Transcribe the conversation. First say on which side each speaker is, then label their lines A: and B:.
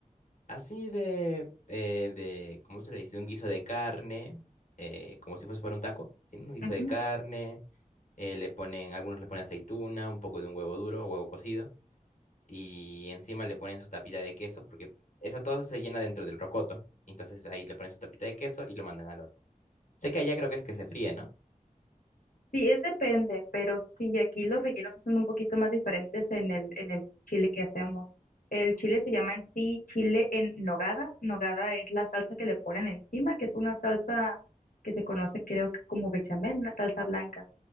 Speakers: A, on the left; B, on the left.
A: Así de, eh, de, ¿cómo se le dice? Un guiso de carne, eh, como si fuese para un taco, ¿sí? Un guiso
B: Ujú.
A: de carne, eh, le ponen, algunos le ponen aceituna, un poco de un huevo duro o huevo cocido. y encima le ponen su tapita de queso, porque eso todo eso se llena dentro del rocoto. Entonces ahí le ponen su tapita de queso y lo mandan al horno. Sé que allá creo que es que se fríe, ¿no?
B: Sí, es depende, pero sí, aquí los rellenos son un poquito más diferentes en el, en el chile que hacemos. El chile se llama en sí chile en nogada. Nogada es la salsa que le ponen encima, que es una salsa que se conoce creo que como bechamel, una salsa blanca.